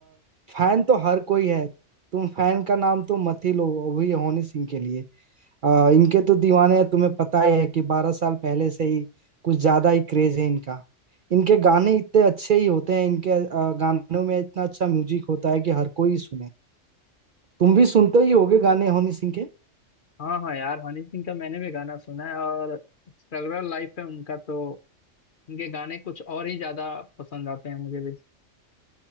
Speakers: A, on the right; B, on the left.
A: फैन तो हर कोई है तुम फैन का नाम तो मत ही लो अभी हनी सिंह के लिए आ, इनके तो दीवाने हैं तुम्हें पता ही है कि बारह साल पहले से ही कुछ ज्यादा ही क्रेज है इनका इनके गाने इतने अच्छे ही होते हैं इनके आ, गानों में इतना अच्छा म्यूजिक होता है कि हर कोई सुने तुम भी सुनते ही होगे गाने हनी सिंह के
B: हाँ हाँ यार हनी सिंह का मैंने भी गाना सुना है और स्ट्रगल लाइफ है उनका तो उनके गाने कुछ और ही ज्यादा पसंद आते हैं मुझे भी